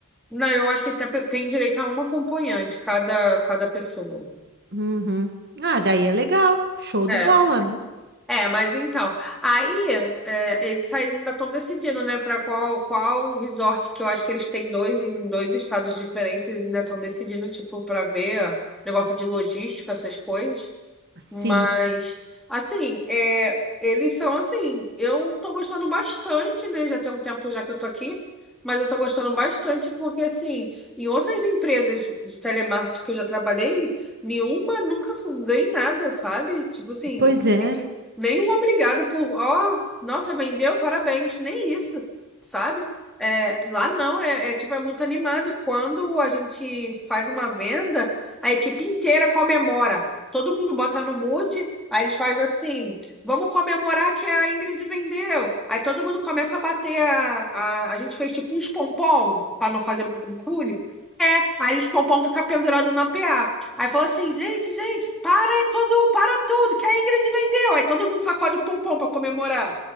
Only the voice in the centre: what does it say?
Não, eu acho que tá- tem direito a um acompanhante, cada, cada pessoa.
É.
É, mas então, aí é, eles aí ainda estão decidindo, né, para qual qual resort que eu acho que eles têm dois em dois estados diferentes, eles ainda estão decidindo, tipo, para ver negócio de logística, essas coisas.
Mas, assim, é, eles são assim, eu tô gostando bastante, né? Já tem um tempo já que eu tô aqui, mas eu tô gostando bastante porque, assim, em outras empresas de telemarketing que eu já trabalhei, nenhuma nunca fu- ganhei nada, sabe? Tipo assim,
gente- nenhum obrigada por, ó, nossa, vendeu, parabéns, nem isso, sabe? É, lá não, é, é tipo, é muito animado. Quando a gente faz uma venda, a equipe inteira comemora. Todo mundo bota no mute, aí eles fazem assim: vamos comemorar que a Ingrid vendeu. Aí todo mundo começa a bater. A, a, a gente fez tipo uns pompom, para não fazer muito barulho. É, aí os pompom ficam pendurados na PA. Aí fala assim: gente, gente, para é tudo, para tudo, que a Ingrid vendeu. Aí todo mundo sacode o pompom para comemorar.